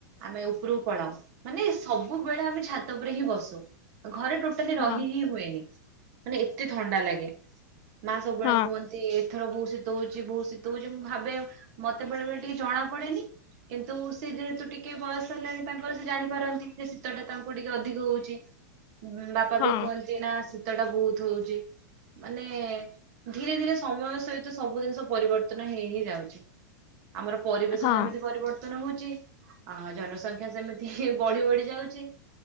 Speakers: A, on the right (about 55°); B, on the left (about 45°).
A: ଆମେ ଉପୁରୁକୁ ପଳାଉ ମାନେ ସବୁବେଳେ ଆମେ ଛାତ ଉପରେ ହିଁ ବସୁ ଘରେ ଟୋଟା ଲି
B: ହଁ।
A: ରହି ହିଁ ହୁଏନି ମାନେ ଏତେ ଥଣ୍ଡା ଲାଗେ ମା ସବୁବେଳେ
B: ହଁ
A: କୁହନ୍ତି। ସେ ଏଥର ବୋହୁତ୍ ଶୀତ ହଉଛି ବୋହୁତ୍ ଶୀତ ହଉଛି ମୁଁ ଭାବେ ମତେ ବେଳେ ବେଳେ ଟିକେ ଜଣା ପଡେନି। କିନ୍ତୁ ସେ ଯେହେତୁ ଟିକେ ବୟସ ହେଲାଣି ତାଙ୍କର ସେ ଜାଣିପାରନ୍ତି ଯେ ଶୀତ ଟା ତାଙ୍କୁ ଟିକେ ଅଧିକ ହଉଛି। ବାପା
B: ହଁ
A: ବି କୁହନ୍ତି ନା ଶୀତ ଟା ବୋହୁତ ହଉଛି। ମାନେ ଧୀରେ ଧୀରେ ସମୟ ସହିତ ସବୁ ଜିନିଷ ପରିବର୍ତ୍ତନ ହେଇ ହେଇ ଯାଉଛି। ଆମର ପରିବେଶ
B: ହଁ
A: ଯେମିତି ପରିବର୍ତ୍ତ ନୂତନ ହଉଛି ଆ ଜନସଂଖ୍ୟା ସେମିତି ହିଃ ବଢି ବଢି ଯାଉଛି।